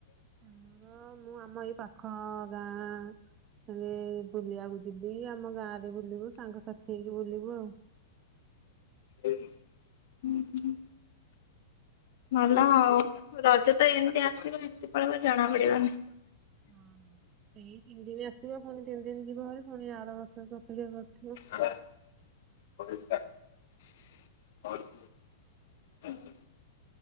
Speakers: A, on the right; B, on the left.
A: ଆମର ମୁଁ ଆମ ଏଇ ପାଖ ଗାଁ। ହୁଏ ବୁଲିବାକୁ ଯିବି ଆମ ଗାଁ ରେ ବୁଲିବୁ ସାଙ୍ଗସଥି ହେଇକି ବୁଲିବୁ ଆଉ।
B: ହୁଁ ହୁଁ ଭଲ ହଁ ଆଉ ରଜ ତ ଏମିତି ଆସିବ ଏମିତି ପଳେଇବା ଜଣା ପଡିବନି।
A: ସେଇ ତିନି ଦିନ ଆସିବ ପୁଣି ତିନି ଦିନ ଯିବ ଭାରି ପୁଣି ଆର ବର୍ଷ କୁ ଅପେକ୍ଷା କରିଥିବ।
B: <unintelligible> <unintelligible>